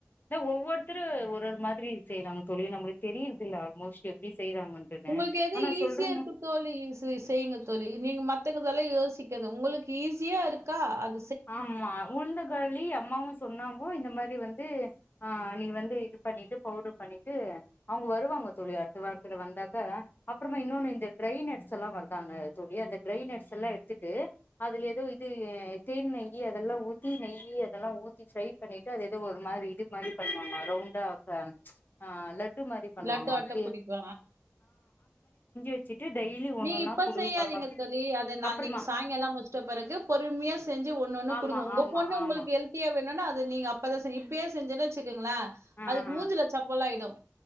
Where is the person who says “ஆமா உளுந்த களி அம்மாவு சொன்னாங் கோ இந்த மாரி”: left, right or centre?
Left